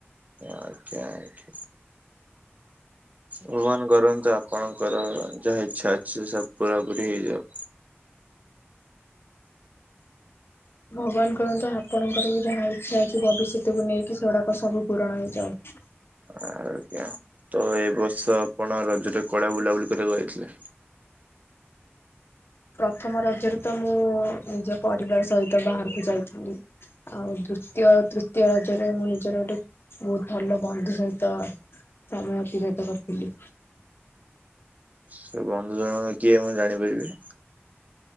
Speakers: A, on the right (about 35°); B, on the left (about 60°).
A: ଆଜ୍ଞା, ଆଜ୍ଞା। ଭଗବାନ କରନ୍ତୁ ଆପଣଙ୍କର ଯାହା ଇଚ୍ଛା ଅଛି ସବୁ ପୁରା ପୁରୀ ହେଇଯାଉ।
B: ଭଗବାନ୍ କରହନ୍ତୁ ଆପଣଙ୍କର ବି ଯାହା ଇଚ୍ଛା ଅଛି ଭବିଷ୍ୟତକୁ ନେଇକି ସେ ଗୁଡାକ ସବୁ ପୂରଣ ହେଇଯାଉ।
A: ଆ ଆଜ୍ଞା। ତ ଏ ବର୍ଷ ଆପଣ ରଜରେ କୁଆଡେ ବୁଲା, ବୁଲି କରି ବାକୁ ଯାଇଥିଲେ?
B: ପ୍ରଥମ ରଜରେ, ତ ମୁଁ ନିଜ ପରିବାର ସହିତ ବାହାରକୁ ଯାଇଥିଲି। ଆଉ ଦୃତୀୟ ତୃତୀୟ ରଜରେ ମୁଁ ନିଜର ଗୋଟେ ବହୁତ ଭଲ ବନ୍ଧୁ ସହିତ ସମୟ ଅତିବାହିତ କରିଥିଲି।
A: ସେ ବନ୍ଧୁ ଜଣଙ୍କ କିଏ ମୁଁ ଜାଣିପାରିବି?